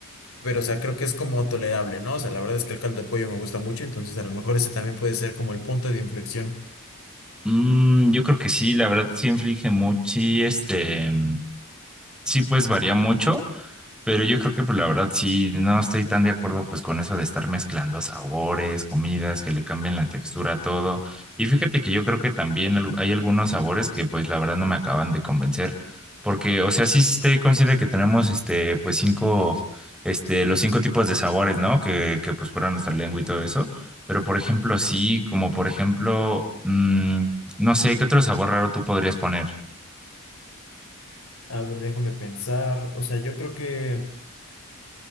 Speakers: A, on the left; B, in the centre.
A: Pero, o sea, creo que es como tolerable, ¿no? O sea, la verdad es que el caldo de pollo me gusta mucho, entonces a lo mejor ese también puede ser como el punto de inflexión.
B: Mm, yo creo que sí, la verdad sí inflige mucho, sí, este, mm, sí pues varía mucho. Pero yo creo que, pues la verdad, sí, no estoy tan de acuerdo pues con eso de estar mezclando sabores, comidas, que le cambien la textura a todo. Y fíjate que yo creo que también al- hay algunos sabores que pues la verdad no me acaban de convencer. Porque, o sea, sí estoy consciente que tenemos este, pues cinco, este, los cinco tipos de sabores, ¿no? Que, que pues fuera nuestra lengua y todo eso. Pero, por ejemplo, sí, como por ejemplo, mm, no sé, ¿qué otro sabor raro tú podrías poner?
A: A ver, déjame pensar. O sea, yo creo que,